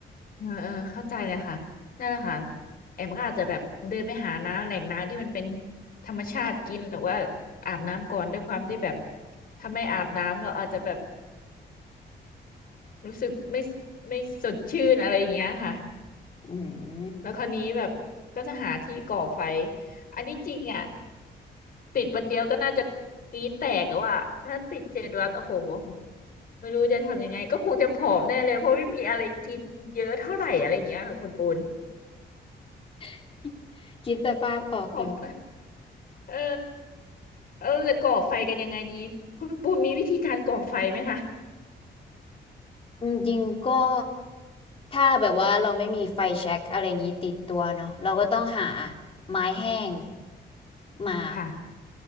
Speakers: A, on the left; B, on the left.
A: เออเออเข้าใจเลยค่ะนั่นแหละค่ะแอมก็อาจจะแบบเดินไปหาน้ำแหล่งน้ำที่มันเป็นธรรมชาติกินหรือว่าอาบน้ำก่อนด้วยความที่แบบถ้าไม่อาบน้ำเราอาจจะแบบรู้สึกไม่ไม่สดชื่นอะไรอย่างเงี้ยค่ะ
B: อืม
A: แล้วคราวนี้แบบก็จะหาที่ก่อไฟ อันนี้จริงอ่ะติดวันเดียวก็น่าจะกรี๊ดแตกแล้วอ่ะถ้าติดเจ็ดวันโอ้โหไม่รู้จะทำยังไงก็คงจะผอมแน่เลยเพราะไม่มีอะไรกินเยอะเท่าไหร่อะไรอย่างเงี้ยค่ะคุณปูน
B: <laughs> คิดสภาพออกอยู่
A: ผอมปะเออเออจะก่อไฟกันยังไงดีคุณปูนมีวิธีการก่อไฟไหมคะ
B: จริงๆก็ถ้าแบบว่าเราไม่มีไฟแช็กอะไรอย่างนี้ติดตัวเนาะเราก็ต้องหาไม้แห้งมา
A: ค่ะ